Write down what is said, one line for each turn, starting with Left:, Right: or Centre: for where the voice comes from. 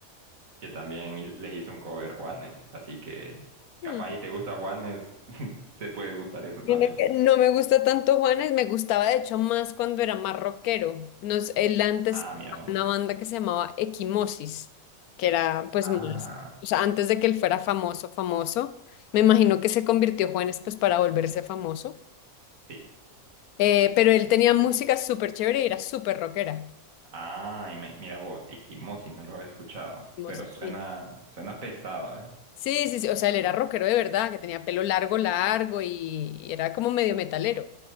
Right: que también hi- les hizo un cover Juanes. Así que capaz
Left: Ujú.
Right: y te gusta Juanes, <laughs> te puede gustar eso
Left: Mira
Right: también.
Left: que no me gusta tanto Juanes, me gustaba de hecho más cuando era más rockero. Nos, él antes
Right: Ah,
Left: tenía
Right: mira vos.
Left: una banda que se llamaba Equimosis, que era pues
Right: Ah,
Left: más, o sea, antes de que él fuera famoso, famoso, me imagino que se convirtió Juanes pues para volverse famoso,
Right: sí.
Left: Eh, pero él tenía música súper chévere y era súper rockera.
Right: Ah, y me- mira vos, Equimosis no lo había escuchado,
Left: Equimosis,
Right: pero suena
Left: sí.
Right: suena pesado, ¿eh?
Left: Sí, sí, sí, o sea, él era rockero de verdad, que tenía pelo largo, largo y, y era como medio metalero.